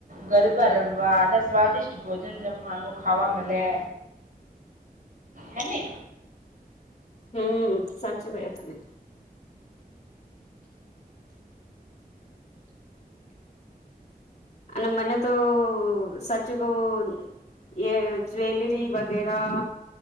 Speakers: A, on the right; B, on the left.
A: ગરબા રમવા અને સ્વાદિષ્ટ ભોજન જમવાનું ખાવા મલે. હેને?
B: હમ સાચી <unintelligible> તને અને મને તો સાચું કું એ જ્વેલરી વગેરા